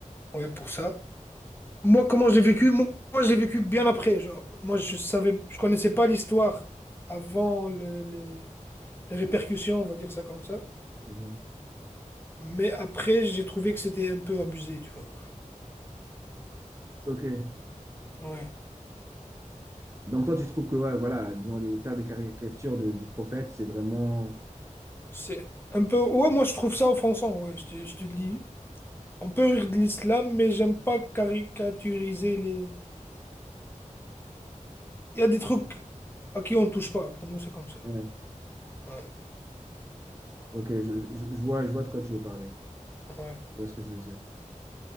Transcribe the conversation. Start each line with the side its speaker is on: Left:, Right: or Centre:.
Left: Ouais, pour ça. Moi, comment je l'ai vécu? Moi, moi, je l'ai vécu bien après. genre. moi, je savais, je connaissais pas l'histoire avant le- le- les répercussions, on va dire ça comme ça.
Right: Mhm.
Left: Mais après, j'ai trouvé que c'était un peu abusé, tu vois.
Right: Ok.
Left: Ouais.
Right: Donc toi, tu trouves que ouais, voilà, genre, les, faire des caricatures de- du prophète, c'est vraiment
Left: C'est un peu. Ouais, moi, je trouve ça offensant. Ouais, je te, je te le dis. On peut rire de l'islam, mais j'aime pas caricaturiser les. Il y a des trucs à qui on touche pas. Pour nous, c'est comme ça.
Right: Ouais.
Left: Ouais,
Right: Ok, je, je, je vois, je vois de quoi tu veux parler.
Left: ouais.
Right: Je vois ce que je veux dire.